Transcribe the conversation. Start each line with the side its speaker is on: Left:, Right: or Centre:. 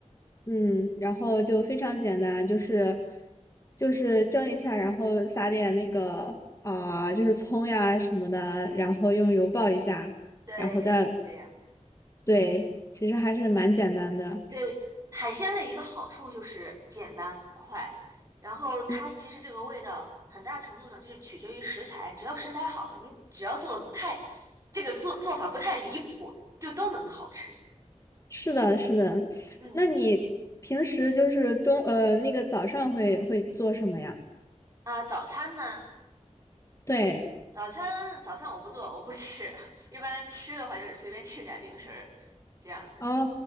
Left: 嗯，然后就非常简单，就是就是蒸一下，然后撒点那个啊、就是葱呀什么的，然后用油爆一下，
Right: 对，
Left: 然后再
Right: 是这样。
Left: 对，其实还是蛮简单的。
Right: 对，海鲜的一个好处就是简单快，然后它其实这个味道很大程度上就是取决于食材，
Left: 嗯。
Right: 只要食材好了，你只要做的不太，这个做做法不太离谱，就都能好吃。
Left: 是的，是的。
Right: 嗯
Left: 那你平时就是中呃那个早上会会做什么呀？
Right: 啊，早餐嘛，
Left: 对，
Right: 早餐早餐我不做，我不吃，<laughs> 一般吃的话就是随便吃点零食儿这样子。
Left: 哦